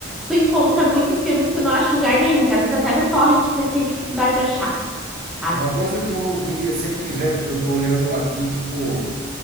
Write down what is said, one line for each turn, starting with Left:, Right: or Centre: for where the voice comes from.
Centre: tu encontra muito filme que tu não acha em lugar nenhum, que às vezes até no torrent tu tem dificuldade de achar, sabe?
Right: Uma coisa que eu queria, sempre quiser, porque eu estou olhando aqui, tipo,